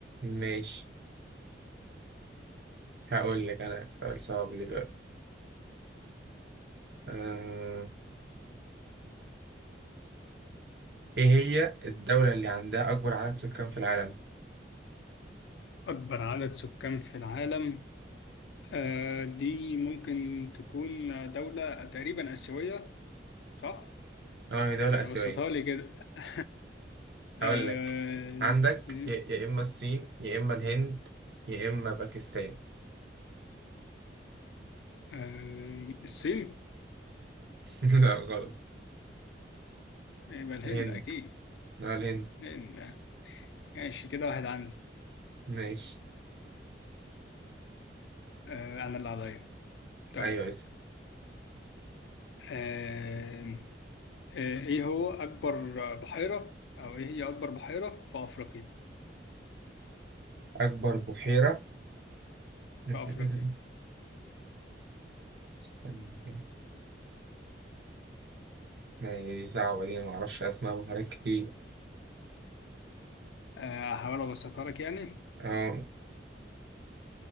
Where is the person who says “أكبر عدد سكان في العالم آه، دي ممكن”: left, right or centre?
Left